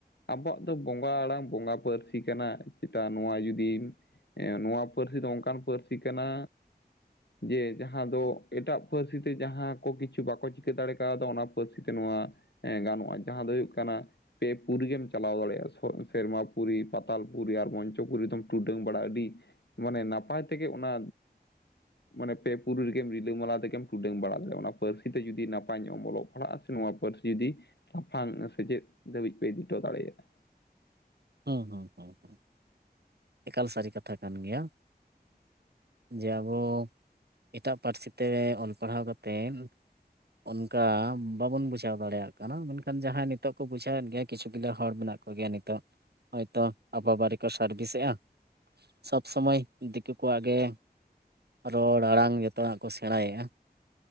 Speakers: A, on the left; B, on the right.
A: ᱟᱵᱚᱣᱟᱜ ᱫᱚ ᱵᱚᱸᱜᱟ ᱟᱲᱟᱝ ᱵᱚᱸᱜᱟ ᱯᱟᱹᱨᱥᱤ ᱠᱟᱱᱟ ᱪᱮᱛᱟ ᱱᱚᱣᱟ ᱡᱩᱫᱤᱢ ᱦᱮᱸ ᱱᱚᱶᱟ ᱯᱟᱹᱨᱥᱤ ᱫᱚ ᱚᱱᱠᱟᱱ ᱯᱟᱹᱨᱥᱤ ᱠᱟᱱᱟ᱾ ᱡᱮ ᱡᱟᱸᱦᱟᱸ ᱫᱚ ᱮᱴᱟᱜ ᱯᱟᱹᱨᱥᱤ ᱛᱮ ᱡᱟᱸᱦᱟᱸ ᱠᱚ ᱠᱤᱪᱷᱩ ᱵᱟᱠᱚ ᱪᱤᱠᱟᱹ ᱫᱟᱲᱮ ᱠᱟᱣᱫᱟ ᱚᱱᱟ ᱯᱟᱹᱨᱥᱤ ᱛᱮ ᱱᱚᱣᱟ ᱜᱟᱱᱚᱜ-ᱟ ᱡᱟᱸᱦᱟᱸ ᱫᱚ ᱦᱩᱭᱩᱜ ᱠᱟᱱᱟ ᱯᱮ ᱯᱩᱨᱤ ᱜᱮᱢ ᱪᱟᱞᱟᱣ ᱫᱟᱲᱮᱭᱟᱜ-ᱟ᱾ ᱥᱮᱨᱢᱟ ᱯᱩᱨᱤ, ᱯᱟᱛᱟᱞ ᱯᱩᱨᱤ ᱟᱨ ᱢᱚᱧᱪᱚ ᱯᱩᱨᱤ ᱫᱚᱢ ᱴᱩᱰᱟᱹᱝ ᱵᱟᱲᱟ ᱟᱹᱰᱤ᱾ ᱢᱟᱱᱮ ᱱᱟᱯᱟᱭ ᱛᱮᱜᱮ ᱚᱱᱟ ᱢᱟᱱᱮ ᱯᱮ ᱯᱩᱨᱤ ᱨᱮᱜᱮᱢ ᱨᱤᱞᱟᱹᱢᱟᱞᱟ ᱛᱮᱜᱮᱢ ᱴᱩᱰᱟᱹᱝ ᱵᱟᱲᱟ ᱫᱮᱭᱟᱜ-ᱟ ᱚᱱᱟ ᱯᱟᱹᱨᱥᱤ ᱛᱮ ᱡᱩᱫᱤ ᱱᱟᱯᱟᱭ ᱧᱚᱜ ᱚᱞᱚᱜ ᱯᱟᱲᱦᱟᱜ-ᱟ ᱥᱮ᱾ ᱱᱚᱣᱟ ᱯᱟᱹᱨᱥᱤ ᱡᱩᱫᱤ ᱞᱟᱯᱷᱟᱝ ᱥᱮᱪᱮᱫ ᱫᱷᱟᱹᱵᱤᱡ ᱯᱮ ᱤᱫᱤ ᱦᱚᱴᱚ ᱫᱟᱲᱮᱭᱟᱜ-ᱟ᱾
B: ᱦᱩᱸ ᱦᱩᱸ ᱦᱩᱸ ᱦᱩᱸ, ᱮᱠᱟᱞ ᱥᱟᱹᱨᱤ ᱠᱟᱛᱷᱟ ᱠᱟᱱ ᱜᱮᱭᱟ᱾ ᱡᱮ ᱟᱵᱚ ᱮᱴᱟᱜ ᱯᱟᱹᱨᱥᱤ ᱛᱮ ᱚᱞ ᱯᱟᱲᱦᱟᱣ ᱠᱟ ᱠᱟᱛᱮᱫ ᱚᱱᱠᱟ ᱵᱟᱵᱚᱱ ᱵᱩᱡᱷᱟ. ᱣ ᱫᱟᱲᱮᱭᱟᱜ ᱠᱟᱱᱟ ᱢᱮᱱᱠᱷᱟᱱ ᱡᱟᱸᱦᱟᱸᱭ ᱱᱤᱛᱚᱜ ᱠᱚ ᱵᱩᱡᱷᱟᱣ ᱮᱫ ᱜᱮᱭᱟ ᱠᱤᱪᱷᱩ ᱜᱚᱞᱟᱳ ᱦᱚᱲ ᱢᱮᱱᱟᱜ ᱠᱚᱣᱟ᱾ ᱠᱚ ᱜᱮᱭᱟ ᱱᱤᱛᱚᱜ᱾ ᱦᱚᱭᱛᱚ ᱟᱯᱟᱵᱟᱨᱮ ᱠᱚ ᱥᱟᱨᱵᱷᱤᱥᱮᱜ-ᱟ, ᱥᱚᱵᱽ ᱥᱚᱢᱚᱭ ᱫᱤᱠᱩ ᱠᱚᱣᱟᱜ ᱜᱮ ᱨᱚᱲ ᱟᱲᱟᱝ ᱡᱚᱛᱚᱣᱟᱜ ᱠᱚ ᱥᱮᱬᱟᱭᱮᱜ-ᱟ᱾